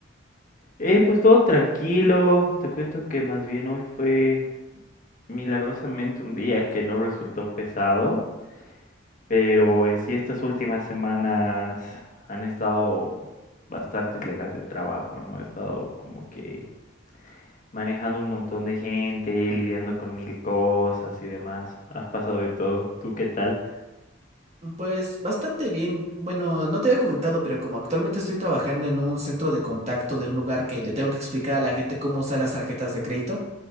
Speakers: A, on the left (about 40°); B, on the right (about 35°).
A: Eh, pues todo tranquilo. Te cuento que más bien hoy fue milagrosamente un día que no resultó pesado, pero en sí estas últimas semanas han estado bastante llenas de trabajo, ¿no? He estado como que manejando un montón de gente, lidiando con mil cosas y demás. Has pasado de todo. ¿Tú qué tal?
B: Pues bastante bien. Bueno, no te había comentado, pero como actualmente estoy trabajando en un centro de contacto de un lugar que le tengo que explicar a la gente cómo usar las tarjetas de crédito,